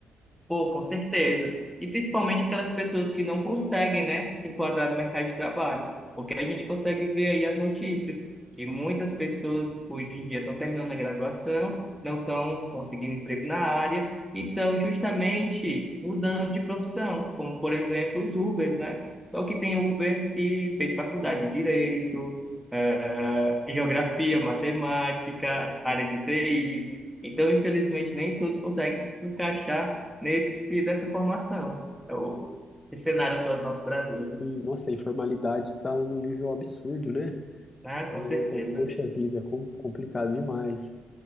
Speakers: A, in the centre; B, on the left (about 25°).
A: Pô, com certeza. E principalmente aquelas pessoas que não conseguem, né, se enquadrar no mercado de trabalho. Porque a gente consegue ver aí as notícias que muitas pessoas hoje em dia estão terminando a graduação, não estão conseguindo emprego na área e estão justamente mudando de profissão, como por exemplo os Ubers, né? Só que tem Uber que fez faculdade de Direito, eh, Geografia, Matemática, área de TI. Então, infelizmente, nem todos conseguem se encaixar nesse, dessa formação. É o esse cenário atual do nosso Brasil.
B: E, nossa, a informalidade tá num nível absurdo, né?
A: Ah, com
B: É,
A: certeza.
B: poxa vida, é com- complicado demais.